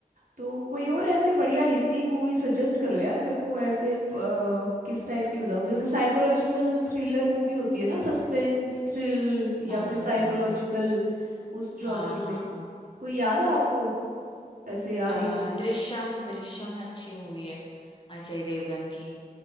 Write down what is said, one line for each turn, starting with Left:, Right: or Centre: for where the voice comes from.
Right: तो कोई और ऐसे बढ़िया हिंदी मूवी सजेस्ट करो यार मेरे को ऐसे अ, किस टाइप की बताऊँ जैसे साइकोलॉजिकल थ्रिलर मूवी होती है ना सस्पेंस थ्रिल या
Left: हाँ
Right: फिर
Left: हाँ
Right: साइकोलॉजिकल
Left: हाँ
Right: उस जॉनर
Left: हाँ हाँ
Right: में
Left: हाँ
Right: कोई याद है आपको ऐसे आ
Left: हाँ
Right: रही हो
Left: अ, दृश्यम दृश्यम अच्छी मूवी है अजय देवगन की